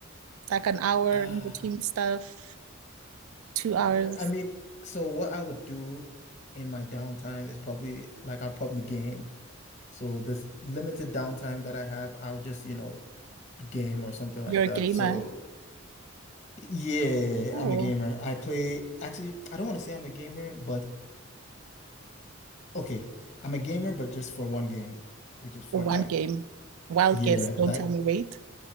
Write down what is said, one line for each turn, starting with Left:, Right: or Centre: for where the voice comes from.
Right: like an hour
Left: Ah,
Right: in between stuff, two hours.
Left: d- I mean, so what I would do in my downtime is probably like I'd probably game. So this limited downtime that I have, i would just, you know. game or something like
Right: You're a
Left: that.
Right: gamer.
Left: So Yeah,
Right: Oh,
Left: I'm a gamer. I play, actually, I don't want to say I'm a gamer, but okay. I'm a gamer, but just for one game. which is Fortnite.
Right: one game. Wild
Left: Yeah,
Right: guess, don't
Left: like,
Right: tell me wait.